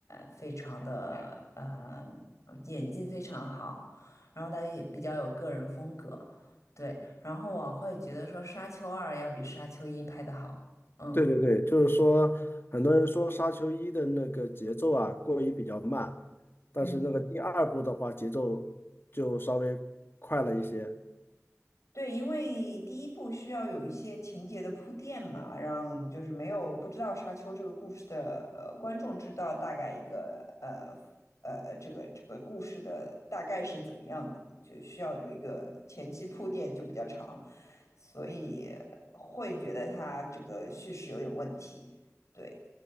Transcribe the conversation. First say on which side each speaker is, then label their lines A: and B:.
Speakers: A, on the left (about 70°); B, on the left (about 45°).
A: 非常的，呃，演技非常好，然后她也比较有个人风格，对，然后我会觉得说《沙丘二》要比《沙丘一》拍的好，嗯。
B: 对对对，就是说，很多人说《沙丘一》的那个节奏啊过于比较慢，但是那个第二部的话节奏就稍微快了一些。
A: 嗯。对，因为第一部需要有一些情节的铺垫嘛，让就是没有不知道《沙丘》这个故事的呃观众知道大概一个呃呃这个这个故事的大概是怎么样子，就需要有一个前期铺垫就比较长，所以会觉得它这个叙事有点问题。对，